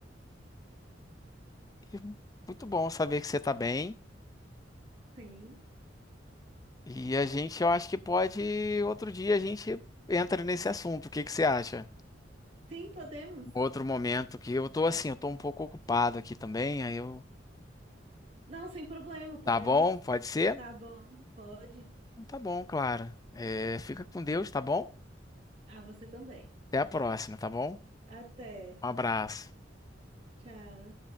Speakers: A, on the left; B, on the right.
A: E muito bom saber que você tá bem.
B: Sim,
A: E a gente, eu acho que pode, outro dia a gente entra nesse assunto. O que que você acha?
B: sim, podemos.
A: Um Outro momento que eu tô assim, eu tô um pouco ocupado aqui também, aí eu,
B: Não, sem problema, podemos.
A: tá bom? Pode ser?
B: Tá bom, pode.
A: Então Tá bom, claro. É, fica com Deus, tá bom?
B: Ah, você também.
A: Até a próxima, tá bom?
B: Até.
A: Um abraço.
B: Tchau.